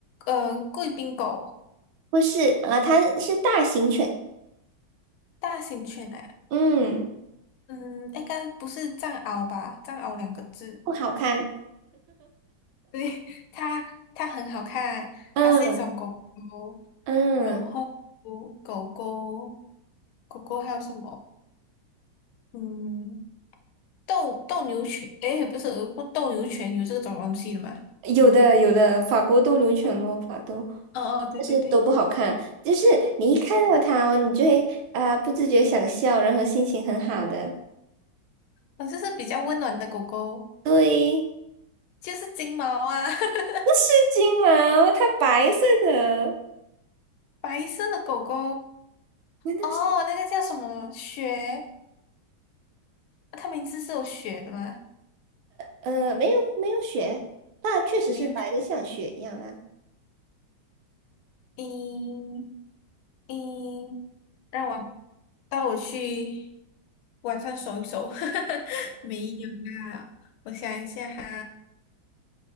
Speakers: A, on the left; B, on the right.
A: 嗯，贵宾狗，
B: 不是啊，呃它是大型犬，
A: 大型犬诶，
B: 嗯，
A: 嗯，应该不是藏獒吧？藏獒两个字，
B: 不好看。
A: 对它它很好看，
B: 嗯
A: 它是一种狗狗，
B: 嗯，
A: 然后狗狗狗狗还有什么？嗯，斗斗牛犬，诶，不是斗牛犬有这种东西的吗？
B: 有的有的，法国斗牛犬咯，
A: 嗯
B: 法斗，
A: 哦，哦对对对，
B: 但是都不好看。就是你一看到它哦，你就会啊、不自觉想笑，然后心情很好的。
A: 哦，这是比较温暖的狗狗，
B: 对，
A: 就是金毛啊，<laughs>
B: 不是金毛，它白色的，
A: 白色的狗狗，
B: 难道是？
A: 哦，那个叫什么雪？它名字是有雪的吗？
B: 呃，没有没有雪，但确实是白的，
A: 没有雪，
B: 像雪一样啦。
A: 嗯嗯。让我带我去晚上走一走。<laughs> 没有啦，我想一下哈，